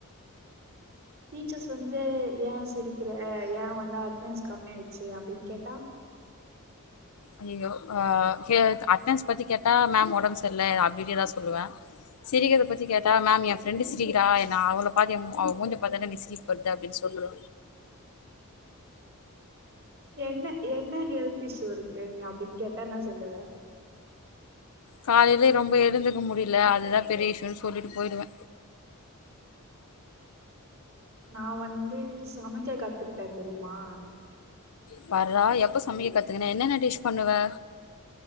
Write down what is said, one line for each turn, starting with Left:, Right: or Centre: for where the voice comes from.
Right: டீச்சர்ஸ் வந்து ஏன் சிரிக்கிற ஏன் வந்து அட்டனஸ் கம்மி ஆயிடுச்சு அப்டின் கேட்டா <inaudible>
Left: ஐயோ அஹ அட்டன்ஸ் பத்தி கேட்டா மேம் உடம்பு சர்ல அப்டின் எதா சொல்வே சிரிக்கத பத்தி கேட்டா மேம் என்ஃப்ரெண்டு சிரிக்கிறா அவள பாத்த அவங்கமூஞ்ச பாத்த நீ சிரி <unintelligible> அப்டின் சொல்லு
Right: என்ன என்ன ஹெல்த் இஷ்யூ இருக்கு நீ அப்டின் கேட்டா ன்னா சொல்லுவ
Left: காலையில ரொம்ப எழுந்துக்க முடியல அதுதா பெரிய இஷ்யூன் சொல்லிட்டு போயிருவே
Right: நான் வந்து சமைக்க கத்துக்கிட்டே தெரிமா
Left: பார்றா எப்ப சமைக்க கத்துக்கிட்ட என்னென டிஷ் பண்ணுவ